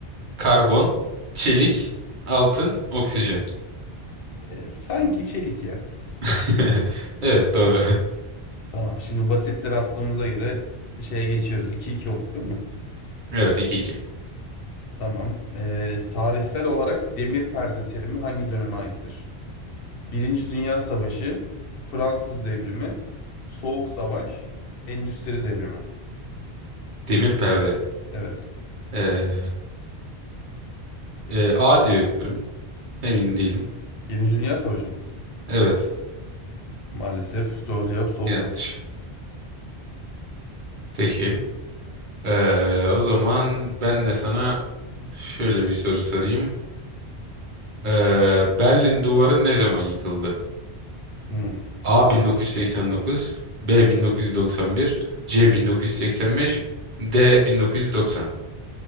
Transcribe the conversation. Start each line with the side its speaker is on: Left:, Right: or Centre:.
Right: Karbon, çelik, altın, oksijen.
Left: Ee, sanki çelik ya.
Right: <laughs> Evet doğru.
Left: Tamam. Şimdi basitleri attığımıza göre şeye geçiyoruz. 2 iki olduk değil mi?
Right: Evet iki iki.
Left: Tamam. Ee, tarihsel olarak demir perde terimi hangi döneme aittir? Birinci Dünya Savaşı, Fransız Devrimi, Soğuk Savaş, Endüstri Devrimi.
Right: Demir perde.
Left: Evet.
Right: Ee, e, A diyorum. Emin değilim.
Left: Birinci Dünya Savaşı mı?
Right: Evet
Left: Maalesef doğru cevap Soğuk
Right: yanlış.
Left: Savaş.
Right: Peki. Ee, o zaman ben de sana şöyle bir soru sorayım. Ee, Berlin Duvarı ne zaman yıkıldı?
Left: Hmm.
Right: A 1989, B 1991, C 1985, D 1990.